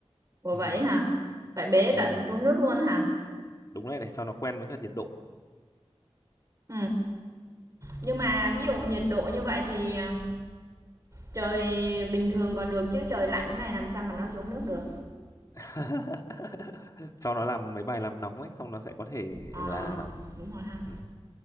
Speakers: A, on the right (about 30°); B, on the left (about 35°).
A: wow
B: <laughs>
A: vậy hả phải bế
B: ừ,
A: tận xuống nước luôn hả
B: đúng đấy để cho nó quen với cả nhiệt độ
A: ừ. nhưng mà ví dụ nhiệt độ như vậy thì à, trời bình thường còn được chứ trời lạnh này làm sao mà nó xuống nước được
B: <laughs> cho nó làm mấy bài làm nóng ấy xong nó sẽ có thể
A: ờ
B: là
A: đúng rồi ha
B: ừ.